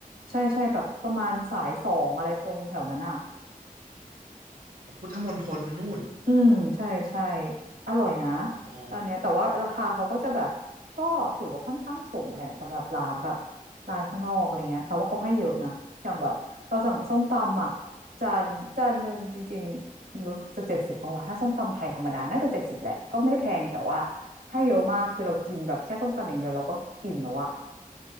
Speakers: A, on the right; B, on the right.
A: ใช่ใช่แบบประมาณสายสองอะไรตรงแถวนั้นอ่ะ
B: อ๋อพุทธมณฑลนู่น
A: อืมใช่ใช่อร่อยนะ
B: อ๋อ
A: ร้านเนี้ยแต่ว่าราคาเขาก็จะแบบก็ถือว่าค่อนข้างสูงแหละสำหรับร้านแบบร้านข้างนอกอะไรเงี้ยแต่ว่าเขาให้เยอะนะอย่างแบบเราสั่งส้มตำอ่ะจานจานหนึ่งจริงๆรู้จะเจ็ดสิบปะวะถ้าส้มตำไทยธรรมดาน่าจะเจ็ดสิบแหละก็ไม่ได้แพงแต่ว่าให้เยอะมากคือเรากินแบบแค่ส้มตำอย่างเดียวเราก็อิ่มแล้วอะ